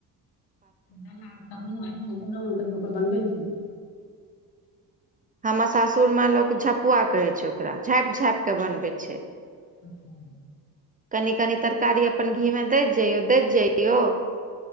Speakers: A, on the left; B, on the right.
A: देला तऽ हमूँ घरो मे कहियो कऽ बनबै छी
B: ह सासुर मे लोक झपुआ कहे छै ओकरा झाँपि झाँप के बनवै छै
A: अच्छा
B: कनि कनी तरकारी अपन घी मे दैत जइयौ दैत जैयौ